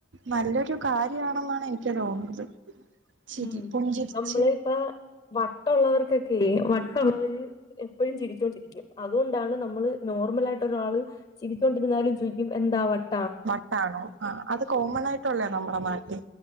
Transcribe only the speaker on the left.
ഉം
നമ്മള് ഇപ്പ വട്ട്ള്ളവർക്കൊക്കെ വട്ടൊള്ളവര് എപ്പോഴും ചിരിച്ചൊണ്ടിരിക്കും അതുകൊണ്ടാണ് നമ്മള് നോർമല ആയിട്ട് ഒരാള് ചിരിച്ചുകൊണ്ടിരുന്നാലും ചോയിക്കും എന്താവാട്ടെ